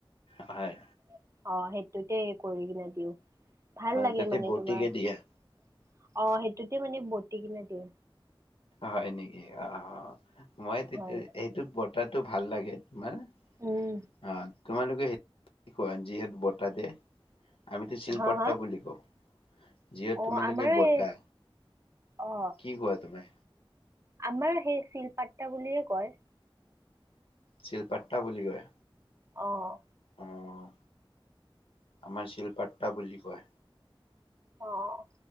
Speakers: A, on the left; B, on the right.
A: হয়।
B: অ, সেইটোতে কৰি কিনে দিও। ভাল লাগে
A: তাতে
B: মানে
A: বটিকে
B: তোমাৰ অ,
A: দিয়া
B: সেইটোতে মানে বতি কিনে দিও।
A: হয় নেকি অ, মই তেতিয়া
B: হয়
A: এইটোক বতাটো ভাল লাগে। মানে
B: উম
A: অহ, তোমালোকে কোৱা যিহেত বতাহতে আমিতো শিলপাট্টা
B: হা হা
A: বুলি কও। যিহেতু
B: অ
A: তোমালোকে
B: আমাৰ
A: বতাহ
B: এই অ
A: কি কোৱা তুমি?
B: আমাৰ সেই চিলপাট্টা বুলিয়ে কয়।
A: চিলপাট্টা বুলি কয়।
B: অহ',
A: অহ, আমাৰ চিলপাট্টা বুলি কয়।
B: অহ,